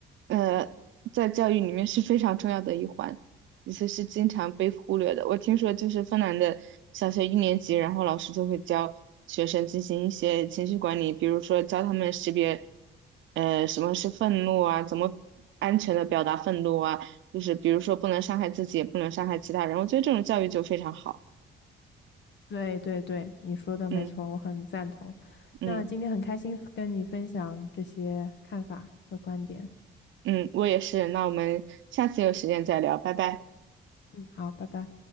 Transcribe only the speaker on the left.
对对对，你说的没错，
我很赞同。
那今天很开心跟你分享这些看法和观点。
嗯，好，拜拜。